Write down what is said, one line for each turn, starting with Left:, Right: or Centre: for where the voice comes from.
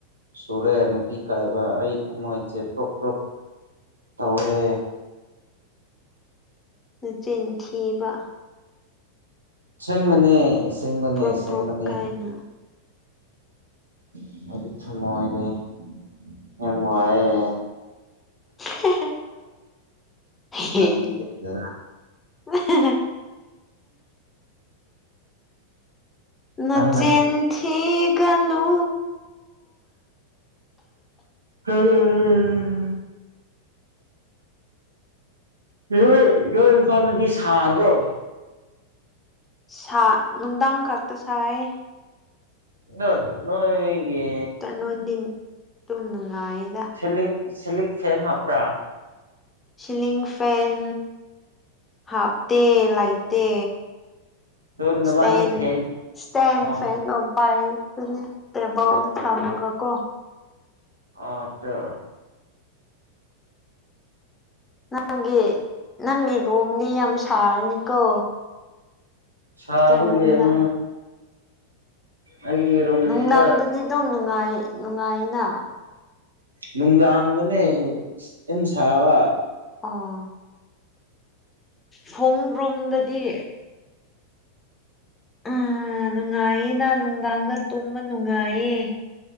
Right: ꯁꯨꯔꯦ ꯅꯨꯄꯤ ꯀꯥꯏꯕ ꯑꯩ ꯊꯝꯃꯣꯏꯁꯦ ꯄ꯭ꯔꯣꯛ ꯄ꯭ꯔꯣꯛ ꯇꯧꯔꯦ
Left: ꯅꯆꯤꯟꯊꯤꯕ
Right: ꯑꯁꯦꯡꯕꯅꯦ ꯑꯁꯦꯡꯕꯅꯦ
Left: ꯄ꯭ꯔꯣꯞ
Right: ꯑꯁꯦꯡꯕꯅꯦ
Left: ꯄ꯭ꯔꯣꯞ ꯀꯥꯏꯅ
Right: <unintelligible> ꯌꯥꯝ ꯋꯥꯢꯋꯦ
Left: <unintelligible>
Right: ꯈꯪꯗꯦꯗꯅ
Left: ꯅꯆꯤꯟ
Right: ꯅꯪꯅ
Left: ꯊꯤꯒꯅꯨ
Right: ꯑꯝ ꯅꯣꯢ ꯅꯣꯏ ꯏꯝꯐꯥꯜꯗꯗꯤ ꯁꯥꯗ꯭ꯔꯣ
Left: ꯁꯥ ꯅꯨꯡꯗꯥꯡ ꯈꯛꯇ ꯁꯥꯏꯌꯦ
Right: ꯗꯣ ꯅꯣꯏꯒꯤ
Left: <unintelligible> ꯇꯨꯝ ꯅꯨꯡꯉꯥꯏꯌꯦ
Right: ꯁꯤꯂꯤꯡ ꯁꯤꯂꯤꯡ ꯐꯦꯟ ꯍꯥꯞꯄ꯭ꯔꯥ
Left: ꯁꯤꯂꯤꯡ ꯐꯦꯟ ꯍꯥꯞꯇꯦ ꯂꯩꯇꯦ
Right: ꯑꯗꯨ ꯅꯕꯥꯅꯤ
Left: ꯏꯁꯇꯦꯟꯇ
Right: ꯐꯦꯟ
Left: ꯏꯁꯇꯦꯟꯇ
Right: ꯑꯣ
Left: ꯐꯦꯟ ꯗꯣ ꯄꯥꯢ ꯑꯗꯨꯅꯦ ꯇꯦꯕꯜꯗ ꯊꯝꯃꯒ ꯀꯣ
Right: ꯑꯥ ꯆꯥ
Left: ꯅꯪꯒꯤ ꯅꯪꯒꯤ ꯔꯨꯝꯗꯤ ꯌꯥꯝ ꯁꯥꯒꯅꯤꯀꯣ
Right: ꯁꯥꯕꯒꯤ
Left: ꯑꯞꯇꯔꯅꯨꯟꯗ
Right: ꯎꯝ ꯑꯩꯒꯤ ꯔꯨꯝꯅꯤꯀ
Left: ꯅꯨꯡꯗꯥꯡꯗ ꯑꯩꯗꯨꯝ ꯅꯨꯡꯉꯥꯏ ꯅꯨꯡꯉꯥꯏꯅ
Right: ꯅꯨꯡꯗꯥꯡꯗꯅꯦ ꯌꯥꯝ ꯁꯥꯕ
Left: ꯑꯣ ꯈꯣꯡꯗ꯭ꯔꯨꯝꯗꯒꯤ ꯎ ꯅꯨꯡꯉꯥꯏꯌꯦ ꯅ ꯅꯨꯡꯗꯥꯡꯗ ꯇꯨꯝꯕ ꯅꯨꯡꯉꯥꯏꯌꯦ